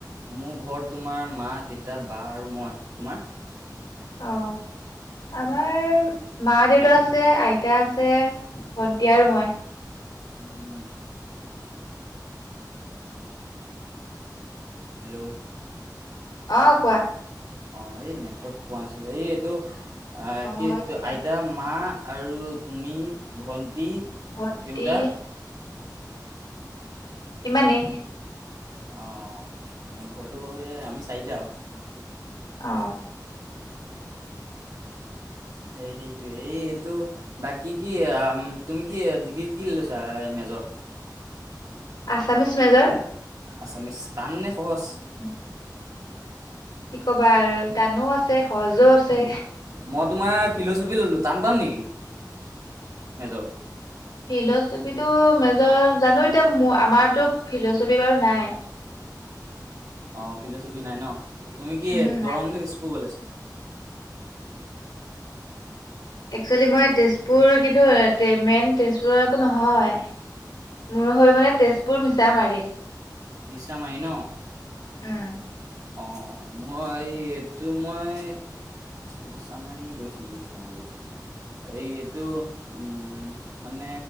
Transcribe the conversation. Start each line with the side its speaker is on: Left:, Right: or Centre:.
Right: মোৰ ঘৰত তোমাৰ মা, দেতা, বা আৰু মই। তোমাৰ?
Left: অ আমাৰ মা দেউতা আছে, আইতা আছে ভণ্টি আৰু মই।
Right: উম। হেল্ল'!
Left: অ', কোৱা।
Right: অ এই নেটৱৰ্ক পোৱা নাছিলে, এই এইটো অ কি
Left: হয় চাগে
Right: আইতা মা আৰু তুমি, ভণ্টি,
Left: ভন্টি
Right: দেউতা।
Left: ইমানে।
Right: অ', মোৰ ঘৰটো বাৰু এয়াই আমি চাৰিটা আৰু।
Left: অ
Right: <unintelligible> হেই সেইটোয়ে এইটো বাকী কি আ, তুমি কি ডিগ্ৰী কি লৈছা? এম জৰ
Left: আছামিছ মেজৰ।
Right: আছামিছ টাননে সহজ?
Left: উম, কি কবা আৰু টানো আছে সহজো আছে।
Right: মই তোমাৰ ফিল'চফি ল'লোঁ, টান পাম নেকি মেজৰ?
Left: ফিল'চফিটো মেজৰ জানোঁ, এতিয়া মো-আমাৰতো ফিল'চফি বাৰু নাই। <inaudible>
Right: অ ফিলচফি নাই ন তুমি কি
Left: উম
Right: দৰংপু <unintelligible>
Left: একচুৱেলি মই তেজপুৰ কিন্তু, মেইন তেজপুৰৰ একো নহয়। মোৰ হ'ল মানে তেজপুৰ মিছা মাৰি।
Right: নিছামাই ন <unintelligible>
Left: উম,
Right: অ মই এইটো মই, নিশ মাৰি গৈছো গৈছো অ গৈছো <unintelligible> এই এইটো উম মানে